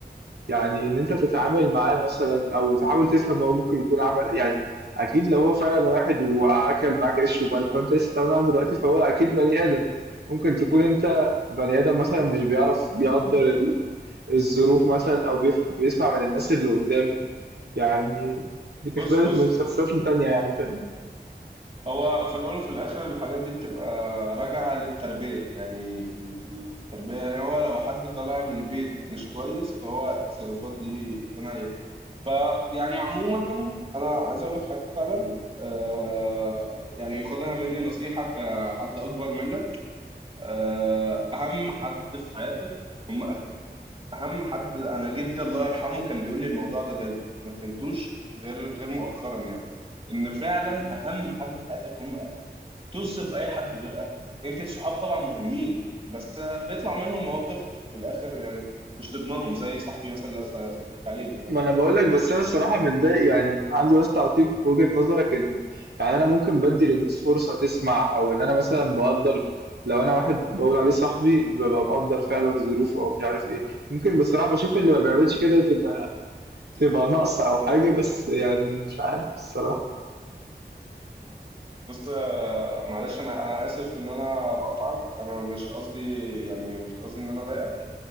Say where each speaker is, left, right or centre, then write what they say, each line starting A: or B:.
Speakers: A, on the right; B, on the right.
A: يعني إن أنت تتعامل معاه مثلًا أو تحاول تفهم هو ممكن يكون عمل يعني أكيد لو هو فعلًا واحد وأكل معاك عيش وملح وأنت لسه بتتعامل معاه دلوقتي فهو أكيد بني آدم، ممكن تكون أنت بني آدم مثلًا مش بيعرف يقدّر ال الظروف مثلًا أو بيف بيسمع من الناس اللي قدّامه، يعني بتختلف
B: بص بص
A: من شخصيات لتانية يعني فاهم؟
B: هو في الأول وفي الآخر الحاجات دي بتبقى راجعة للتربية يعني ال- ال- التربية يعني هو لو حد طالع من بيت مش كويس فهو التصرفات دي بتكون عليه فيعني عموما أنا عايز أقول لك حاجة فعلا آه يعني خدها مني نصيحة كحد أكبر منك آه أهم حد في حياتك هم أهلك أهم حد أنا جدي الله يرحمه كان بيقول لي الموضوع ده دايما ما فهمتوش غير غير مؤخرا يعني إن فعلا أهم حد في حياتك هم أهلك طز في أي حد غير أهلك يمكن الصحاب طبعا مهمين بس بيطلع منهم مواقف في الآخر يعني مش تضمنهم زي صاحبي مثلا اللي أنا قلت لك عليه ده فاهم؟
A: ما أنا باقول لك بس أنا الصراحة متضايق يعني عندي بس تعقيب في وجهة نظرك إن يعني أنا ممكن بادّي للناس فرصة تسمع أو إن أنا مثلًا باقدّر لو أنا واحد باقول عليه صاحبي بابقى مقدّر فعلًا ظروفه أو مش عارف إيه، ممكن بصراحة باشوف اللي ما بيعملش كده تبقى تبقى ناقصة أو حاجة بس يعني مش عارف الصراحة،
B: بص آه، معلش أنا أنا آسف إن أنا بقطعك أنا مش قصدي يعني مش قصدي إن أنا أضايقك